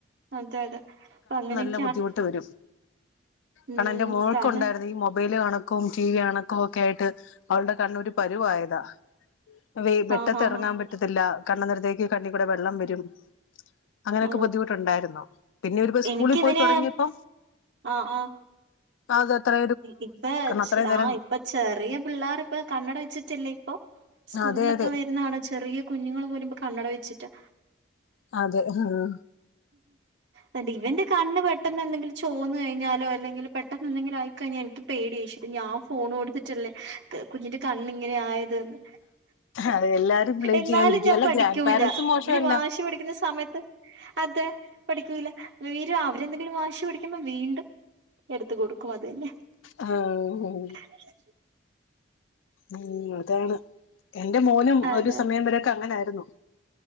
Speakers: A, on the right (about 65°); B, on the left (about 80°).
A: അതെ അതെ അപ്പൊ അങ്ങനെ ക്കെ
B: ല്ല ബുദ്ധിമുട്ട് വരും
A: ഉം
B: കാരണം എന്റെ മോൾക്
A: കാരണം
B: ഉണ്ടായിരുന്നു ഇ മൊബൈൽ കാണു കും കീവി അണക്കും ഒക്കെയിട്ട് അവൾടെ കണ്ണൊരു പരുവായതാ വി
A: ആഹ്
B: മുറ്റത്തിറങ്ങാൻ
A: ആഹ് ആഹ്
B: പറ്റത്തില്ല കണ്ണ നിറത്തേക്ക് കണ്ണികൂടെ വെള്ളം വരും അങ്ങനെയൊക്കെ
A: ഓ
B: ബുദ്ധിമുട്ടുണ്ടായിരുന്നു പിന്നെ വര്പ്പൊ സ്കൂളിൽ
A: എനിക്കിവന്
B: പോയി തുടങ്ങിയപ്പോ
A: ആഹ് ആഹ്
B: അത അത്ര
A: ഇപ്പൊ
B: അത്രയും
A: ആഹ്‌
B: നേരം
A: ഇപ്പ ചെറിയ പിള്ളേർപ്പ കണ്ണട വച്ചിട്ടില്ലേ സ്കൂളിലൊക്കെ
B: അതെ അതെ
A: വരുന്നാണ് ചെറിയ കുഞ്ഞുങ്ങള് പോലും ഇപ്പൊ കണ്ണട വെച്ചിട്ടാ
B: അതെ ആഹ്‌
A: ഉം ഇവന്റെ കണ്ണ് പെട്ടെന്ന് എന്തെങ്കും ചോന്ന് കഴിഞ്ഞാലോ അല്ലെങ്കിൽ പെട്ടെന്ന് എന്തെങ്കിലും ആയി കഴിഞ്ഞ നിക്ക് പേടി ച്ചിട്ട് ഞാൻ ഫോൺ ടുത്തിട്ടല്ലേ കുഞ്ഞിന്റെ കണ്ണിങ്ങനെ ആയതന്
B: അതെ എല്ലാരും ബ്ലെയിം
A: എന്നാലും
B: ചെയ്യാതിരിക്കും
A: ഞാൻ
B: അല്ല
A: പഠിക്കൂല
B: ഗ്രാൻഡ് പാരൻറ്സും മോശമല്ല
A: ഇവര് വാശി പിഠിക്കുന്ന സമയത്ത് അതെ പഠിക്കൂല വീര് അവരെന്തെങ്കിലും വാശി പിടിക്കുമ്പോ വീണ്ടും എടുത്തു കൊടുക്കും അതന്നെ
B: ആഹ്‌ ഉം
A: <inaudible>
B: ഉം അതാണ് എന്റെ മോനും
A: അതെ
B: ഒരു സമയം വരൊക്കെ അങ്ങനൊയിരുന്നു.